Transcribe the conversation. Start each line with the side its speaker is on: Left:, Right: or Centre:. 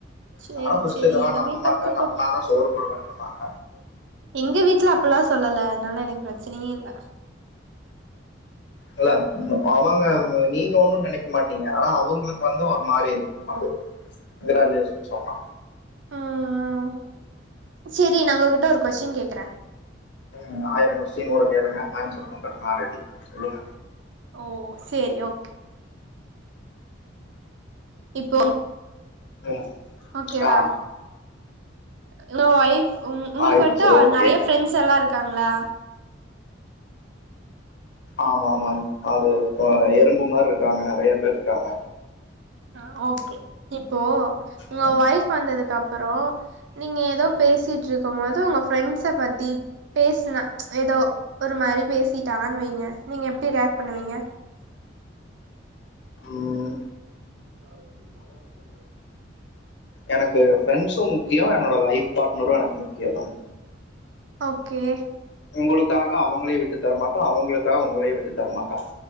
Right: சேரி
Left: நானு ஃபர்ஸ்ட்
Right: சேரி
Left: இதெல்லா
Right: இனிமே
Left: நம்ப மாட்டே
Right: கத்துப்போ
Left: நம்புனாதா சோறு போடுவேன்னா வாங்க
Right: எங்க வீட்ல அப்பில்லா சொல்லல அதனால எனக்கு பிரச்சனையே இல்ல
Left: இல்ல அவங்க அவங்க நீங்க ஒன்னு நெனைக்க மாட்டீங்க ஆனா அவுங்களுக்கு வந்து ஒரு மாரி இருக்கு அது கங்கிரஜுலேஷன் சொன்னா
Right: ம் செரி நா உங்ககிட்ட ஒரு கொஸ்டின் கேக்கற
Left: ம் ஆயர கொஸ்டின் கூட கேளுங்க ஆன்சர் பண்றக்கு நா ரெடி சொல்லுங்க
Right: ஓ செரி ஓகே இப்போ
Left: ம்,
Right: ஓகே
Left: ஆ
Right: வா அனா வைஃப் உங் உங்ளுக்கு
Left: ஆயிடுச்சு
Right: வன்ட்டு
Left: ஓகே
Right: நெறையா ஃபிரெண்ட்ஸ் எல்லா இருக் காங்ளா
Left: ஆமா மேம் அது அ எறும்பு மார் இருக்காங்க நெறைய பேர் இருக்காங்க
Right: ஆ ஓகே இப்போ உங்க
Left: ம்,
Right: ஒய்ஃப் வந்ததுக்கப் அப்பறோ நீங்க எதோ பேசிட்ருக்கும் மோது உங்க ஃப்ரெண்ட்ச பத்தி பேஸ்னா எதோ ஒரு மாரி பேசிட்டாங்கன் வைங்க நீங்க எப் எப்டி ரியாக்ட் பண்ணுவிங்க
Left: ம்ம்
Right: <inaudible>
Left: எனக்கு ஃபிரரெண்ட்ஸும் முக்கிய என்னோட லைப் பார்ட்னரும் எனக்கு முக்கிய தான்
Right: ஓகே
Left: உங்களுக்காக அவங்களே விட்டு தரமாட்டோ அவங்களுக்காக உங்களே விட்டு தரமாட்டோ